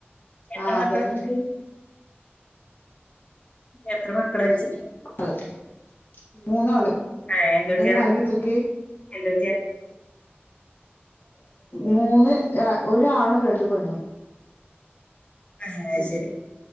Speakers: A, on the left; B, on the left.
A: എത്ര
B: ആഹ് അതന്നെ
A: മക്കളാ നിങ്ങക്ക്
B: <unintelligible>
A: എത്ര മക്കളായ്ച്ച്
B: മൂന്നാള്
A: ഏഹ് എന്ത് കുട്ട്യാളാ
B: അയിന്റെ കാലം എത്രക്കെ
A: എന്ത് കുട്ട്യാ
B: മൂന്ന് ഒരാണും രണ്ട് പെണ്ണും <inaudible>
A: ആഹ് അയ്ശേരി
B: ഉം